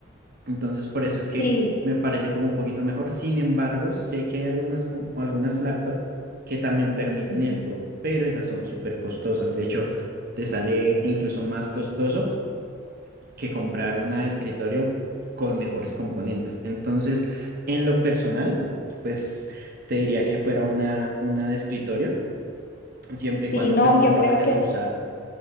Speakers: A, on the right; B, on the left.
A: Entonces, por eso es que
B: sí.
A: me parece como un poquito mejor. Sin embargo, sé que hay algunas, com- algunas laptops que también permiten
B: Ujú.
A: esto, pero esas son súper costosas. De hecho, te sale incluso más costoso que comprar una de escritorio con mejores componentes. Entonces, en lo personal, pues te diría que fuera una, una de escritorio, siempre y
B: Sí,
A: cuando
B: no,
A: pues no
B: yo
A: lo
B: creo
A: vayas
B: que
A: a usar,